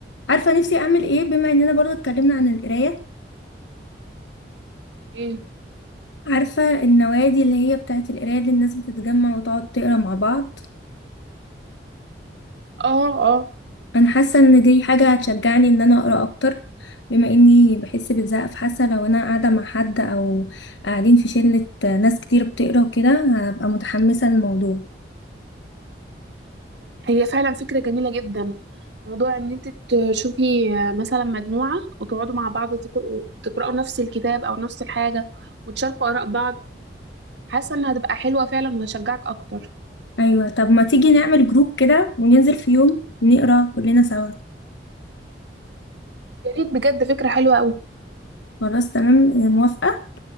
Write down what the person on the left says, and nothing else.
عارفة نفسي أعمل إيه بما إننا برضو اتكلمنا عن القراية
عارفة النوادي اللي هي بتاعت القراية اللي الناس بتتجمع وتقعد تقرا مع بعض
انا حاسه ان دي حاجه هتشجعني ان انا اقرا اكتر بما اني بحس بالزهق فحاسه لو انا قاعده مع حد او قاعدين في شله ناس كتير بتقرا وكده هبقى متحمسه للموضوع
ايوه طب ما تيجي نعمل جروب كده وننزل في يوم نقرا كلنا سوا
خلاص تمام موافقه